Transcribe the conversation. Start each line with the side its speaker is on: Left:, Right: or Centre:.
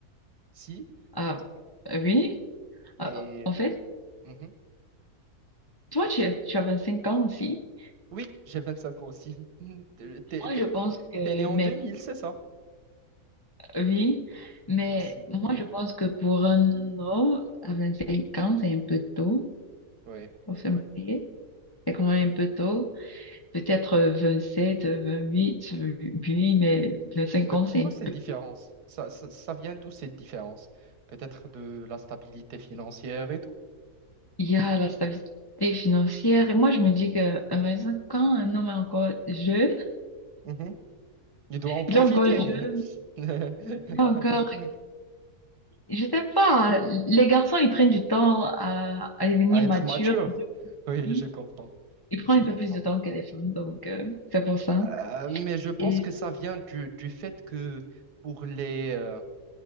Right: Si,
Left: Ah, oui. Ah,
Right: et...
Left: en fait,
Right: mhm.
Left: toi, tu, as- tu as 25 ans aussi.
Right: Oui, j'ai 25 ans aussi. <laughs> T'es t'es-
Left: Moi,
Right: t'es-
Left: je pense que,
Right: t'es né en
Left: mais
Right: deux mille, c'est ça?
Left: oui, mais
Right: Moi aussi.
Left: moi, je pense que pour un homme à 25 ans, c'est un peu tôt
Right: Ouais,
Left: pour se marier.
Right: ouais.
Left: C'est quand même un peu tôt. Peut-être vingt-sept vingt-huit oui, mais 25
Right: Mais
Left: ans,
Right: pourquoi
Left: c'est un
Right: cette
Left: peu
Right: différence? Ça, ça, ça vient d'où cette différence? Peut-être de la stabilité financière et tout.
Left: il y a la stabilité financière. Et moi, je me dis que à 25 ans, un homme est encore jeune,
Right: Mhm. Il doit en profiter.
Left: il est encore jeune,
Right: <laughs>
Left: il est encore, je sais pas, les garçons, ils prennent du temps à, à devenir
Right: À être
Left: matures.
Right: mature. Oui,
Left: Ils
Right: je comprends.
Left: ils prennent
Right: Je comprends.
Left: un peu plus de temps que les femmes, donc euh, c'est pour ça.
Right: Euh, mais je pense
Left: Et
Right: que ça vient du, du fait que pour les, euh,